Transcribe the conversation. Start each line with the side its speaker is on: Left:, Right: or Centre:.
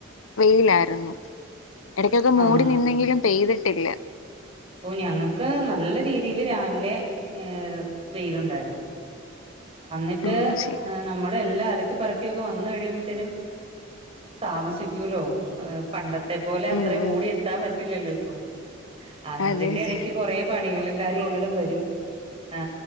Left: വെയ്ലായിർന്നു എടയ്ക്കൊക്കെ മൂടി
Right: ആഹ്
Left: നിന്നെങ്കിലും പെയ്ത് ട്ടില്ല
Right: ഓ ഞങ്ങക്ക് നല്ല രീതീല് രാവിലെ ഏഹ് വെയിലുണ്ടാര് പി അന്നിട്ട്
Left: ഉം ശരി
Right: ഹാ നമ്മള് എല്ലാര് ക്കി പെറുക്കിയൊക്കെ വന്ന് കഴിയുമ്പത്തേുനും താമസിക്കൂലോ പണ്ടത്തെ ത്തേ പോലെ അത്രയും
Left: ഉം ഉം
Right: ഓടിയ എത്താൻ പറ്റില്ലല്ലോ ഇപ്പം അതിന്റെ
Left: അതെ അതെ
Right: എടയ്ക്ക് കൊറേ പണികൾ കാര്യങ്ങളും വരും ആ